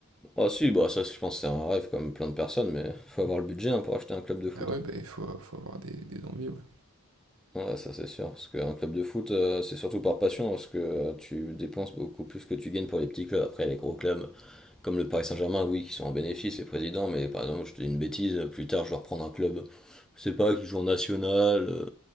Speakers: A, in the centre; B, on the right.
A: Ah si, bah ça je pense que c'est un rêve comme plein de personnes, mais faut avoir le budget hein, pour acheter un club de foot.
B: Ah ouais,
A: hein.
B: bah il faut, faut avoir des, des envies, ouais.
A: Ouais, ça c'est sûr, parce qu'un club de foot euh, c'est surtout par passion, parce que euh, tu dépenses beaucoup plus que tu gagnes pour les petits clubs. Après les gros clubs comme le Paris Saint-Germain, oui, qui sont en bénéfice les présidents, mais par exemple je te dis une bêtise, plus tard je vais reprendre un club, je sais pas, qui joue en national, euh,